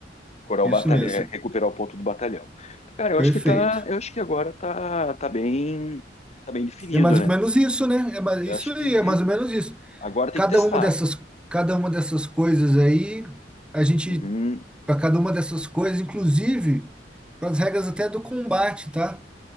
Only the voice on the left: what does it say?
curar
o batalhão,
é, recuperar o ponto do batalhão. Então, Cara, eu
acho que tá, eu acho que agora tá, tá bem, tá bem definido,
né?
Eu
acho
que
agora tem
que testar.
Uhum,